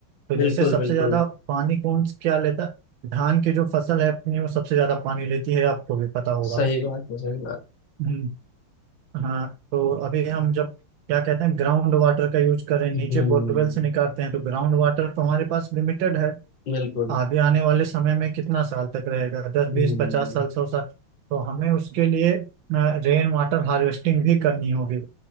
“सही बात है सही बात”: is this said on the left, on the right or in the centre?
Left